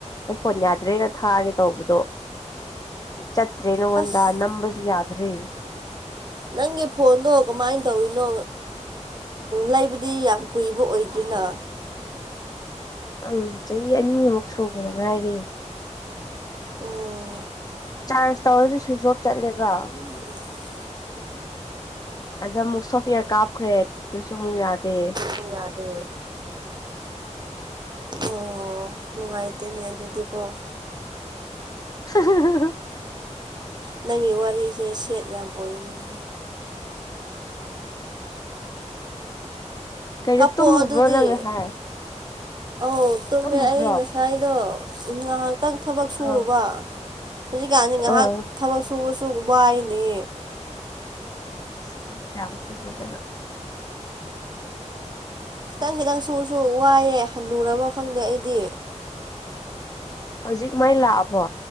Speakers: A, on the left (about 30°); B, on the right (about 35°).
A: ꯅ ꯐꯣꯟ ꯌꯥꯗ꯭ꯔꯦꯅ ꯊꯥꯒꯦ ꯇꯧꯕꯗꯣ ꯆꯠꯇ꯭ꯔꯦ ꯅꯉꯣꯜꯗ
B: ꯑꯁ
A: ꯅꯝꯕꯁꯨ ꯌꯥꯗ꯭ꯔꯦ
B: ꯅꯪꯒꯤ ꯐꯣꯟꯗꯣ ꯀꯃꯥꯏꯅ ꯇꯧꯔꯤꯅꯣ ꯂꯩꯕꯨꯗꯤ ꯌꯥꯝ ꯀꯨꯏꯕ ꯑꯣꯏꯗ꯭ꯔꯤꯅ
A: ꯎꯝ ꯆꯍꯤ ꯑꯅꯤꯃꯨꯛ ꯁꯨꯕꯗ ꯉꯥꯏꯔꯤ
B: ꯎꯝ
A: ꯆꯥꯔꯖ ꯇꯧꯔꯁꯨ ꯁ꯭ꯋꯤꯆ ꯑꯣꯐ ꯆꯠꯂꯦꯕ
B: <unintelligible>
A: ꯑꯗ ꯑꯃꯨꯛ ꯁꯣꯐꯋꯦꯌꯔ ꯀꯥꯞꯈ꯭ꯔꯦ ꯑꯗꯨꯗꯁꯨ ꯑꯃꯨꯛ ꯌꯥꯗꯦ
B: ꯃꯨ ꯌꯥꯗꯦ ꯑꯣ ꯅꯨꯡꯉꯥꯏꯇꯦꯅꯦ ꯑꯗꯨꯗꯤ ꯀꯣ
A: <unintelligible>
B: ꯅꯪꯒꯤ ꯋꯥꯔꯤꯁꯦ ꯁꯦꯠ ꯌꯥꯝ ꯑꯣꯏꯅꯦꯍꯦ
A: ꯀꯩꯅꯣ
B: ꯀꯥꯞꯄꯣꯛꯑꯣ
A: ꯇꯨꯝꯃꯨꯕ꯭ꯔꯣ
B: ꯑꯗꯨꯗꯤ
A: ꯅꯪ ꯉꯁꯥꯏ
B: ꯑꯧ ꯇꯨꯝꯃꯦ
A: ꯇꯨꯝꯃꯨꯕ꯭ꯔꯣ
B: ꯑꯩ ꯉꯁꯥꯏꯗꯣ ꯉꯍꯥꯛ ꯇꯪ ꯊꯕꯛ ꯁꯨꯔꯨꯕ
A: ꯑꯥ
B: ꯍꯧꯖꯤꯛꯀꯥꯟꯖꯤ ꯉꯍꯥꯛ
A: ꯑꯥ
B: ꯊꯕꯛ ꯁꯨꯕꯁꯨ ꯋꯥꯏꯅꯦ
A: ꯑꯁ ꯊꯕꯛ ꯀꯌꯥꯝ ꯁꯨꯔꯗꯅ
B: ꯇꯪ ꯈꯤꯇꯪ ꯁꯨꯔꯁꯨ ꯋꯥꯏꯌꯦ ꯍꯟꯅꯨꯔꯕ ꯈꯪꯗꯦ ꯑꯩꯗꯤ
A: ꯍꯧꯖꯤꯛ ꯃꯩ ꯂꯥꯛꯑꯕꯣ